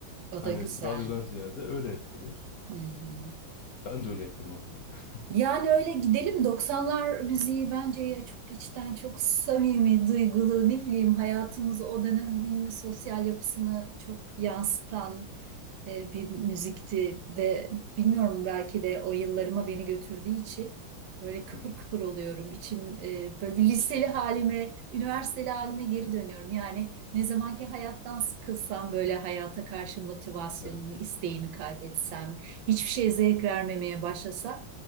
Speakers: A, on the right; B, on the left.
A: O
B: Hani
A: da güzel.
B: radyodan ziyade öyle yapıyorlar.
A: Hı hı.
B: Ben de öyle yapıyorum hatta.
A: Yani öyle gidelim 90'lar müziği bence ya çok içten çok samimi, duygulu, ne bileyim hayatımızı o dönemin sosyal yapısını çok yansıtan e, bir müzikti ve bilmiyorum belki de o yıllarıma beni götürdüğü için böyle kıpır
B: Hı hı.
A: kıpır oluyorum. İçim e, böyle bir liseli halime, üniversiteli halime geri dönüyorum. Yani ne zamanki hayattan sıkılsam böyle hayata karşı motivasyonumu,
B: Evet.
A: isteğimi kaybetsem, hiçbir şeye zevk vermemeye başlasam